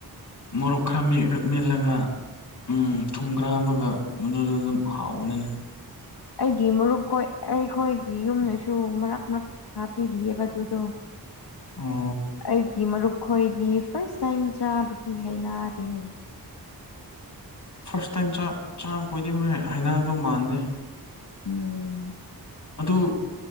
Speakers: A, on the left; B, on the left.
A: ꯃꯣꯔꯣꯛ ꯈ꯭ꯔ ꯃꯦꯠꯔ ꯃꯦꯠꯂꯒ ꯎꯝ ꯊꯨꯝ ꯈꯔ ꯍꯥꯞꯄꯒ ꯃꯗꯨꯗ ꯗꯨꯝ ꯍꯥꯎꯕꯅꯤꯅꯦ
B: ꯑꯩꯒꯤ ꯃꯔꯨꯞ ꯈꯣꯏ ꯑꯩꯈꯣꯏꯒꯤ ꯌꯨꯝꯗꯁꯨ ꯃꯔꯛ ꯃꯔꯛ ꯊꯥ ꯄꯤꯕꯤꯕ ꯗꯨꯨꯗꯣ
A: ꯑꯣ
B: ꯑꯩꯒꯤ ꯃꯔꯨꯞ ꯈꯣꯏꯗꯤ ꯐꯔꯁ ꯇꯥꯏꯝ ꯆꯥꯕꯒꯤ ꯍꯥꯏꯅꯥꯗꯦ ꯍꯥꯏꯌꯦ
A: ꯐꯔꯁ ꯇꯥꯏꯝ ꯆꯥ ꯆꯥꯕꯈꯣꯏꯗꯤ ꯍꯣꯏ ꯍꯩꯅꯥꯡꯒꯗꯧ ꯃꯥꯟꯗꯦ
B: ꯎꯝ
A: ꯑꯗꯨ